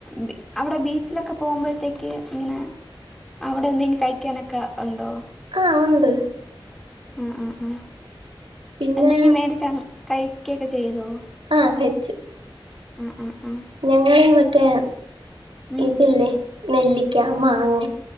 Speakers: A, in the centre; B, on the right.
A: ബി അവ്ടെ ബീച്ച്ലൊക്കെ പോകുമ്പഴത്തേക്ക് ഇങ്ങനെ അവ്ടെ എന്തെങ്കി കഴിക്കാനൊക്കെ ഉണ്ടോ
B: ആ ആ ണ്ട്
A: ആ ആ ആ
B: പിന്നെ
A: എന്തെങ്കി മേടിച്ചങ്ങ് കഴിക്കെക്കെ ചെയ്തോ
B: ആ കഴിച്ചു
A: ആ ആ ആ
B: ഞങ്ങള് ഇവട്ത്തേ
A: ഉം
B: ഇതില്ലേ നെല്ലിയ്ക്കാ മാങ്ങ